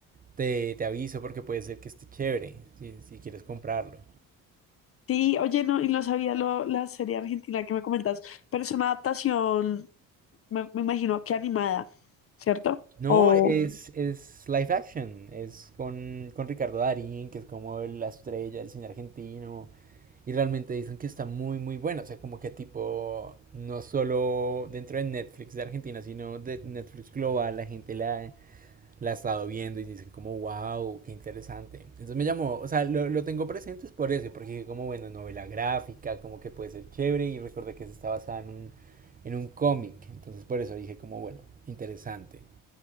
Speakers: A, on the right; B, on the left.
A: te, te aviso porque puede ser que esté chévere si, si quieres comprarlo.
B: Sí, oye, no, y no sabía lo, la serie argentina que me comentas, pero es una adaptación, me, me imagino que animada, ¿cierto?
A: No,
B: O,
A: es, es live action, es con, con Ricardo Darín, que es como el- la estrella del cine argentino, y realmente dicen que está muy, muy bueno, o sea, como que tipo, no solo dentro de Netflix de Argentina, sino de Netflix global, la gente la, la ha estado viendo y dicen como, wow, qué interesante. Entonces me llamó, o sea, lo, lo tengo presente es por eso, porque dije como, bueno, novela gráfica, como que puede ser chévere y recordé que se está basada en un, en un cómic. Entonces por eso dije como, bueno, interesante.